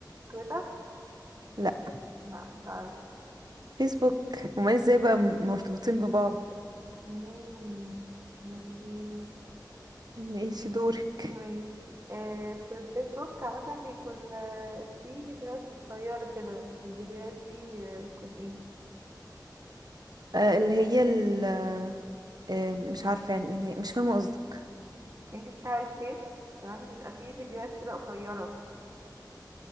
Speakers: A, on the right; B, on the right.
A: تويتر؟
B: لا
A: لا مش عارفة
B: فيسبوك وما ازاي بقى مرتبطين ببعض
A: مم، ماشي
B: ماشي دورك
A: ماشي إيه، في الفيسبوك عامة بيكون آه، في فيديوهات قصيرة كده الفيديوهات دي آه، بتكون ايه
B: آه، اللي هي ال آه، مش عارفة يعني ايه هي مش فاهمة قصدك
A: انتي بتاع الفيس تمام بيبقى في فيديوهات كده قصيرة